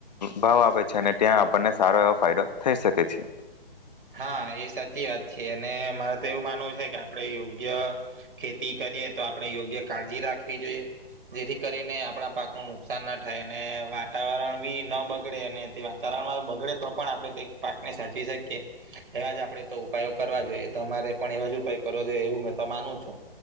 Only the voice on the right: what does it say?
હા એ સાચી વાત છે અને મારે તો એવું માનવું છે કે આપડણે યોગ્ય ખેતી કરીએ તો આપડણે યોગ્ય કાળજી રાખવી જોઈએ જેથી કરીને આપણા પાક નું નુકસાન ના થાય અને વાતાવરણ બી ના બગડે અને તે વાતાવરણમાં બગડે તો પણ આપણે તે પાકને સાચવી શકીએ એવા જ આપણે તો ઉપાયો કરવા જોઈએ તમારે પણ એવાજ ઉપાય કરવા જોઈએ એવું મેં તો માનું છું